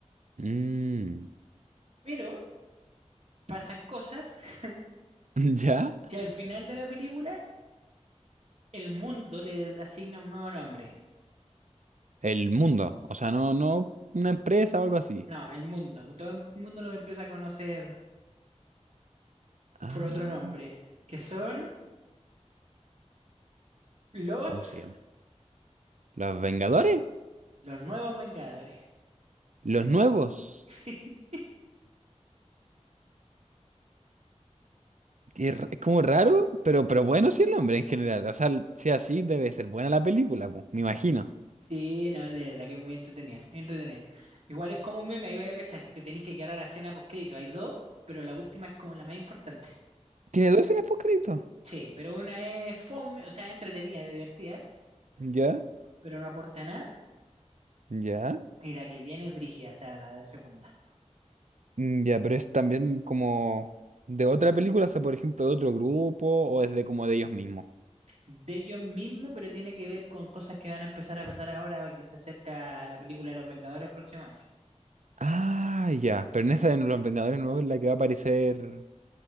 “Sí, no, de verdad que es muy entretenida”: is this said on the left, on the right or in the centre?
Right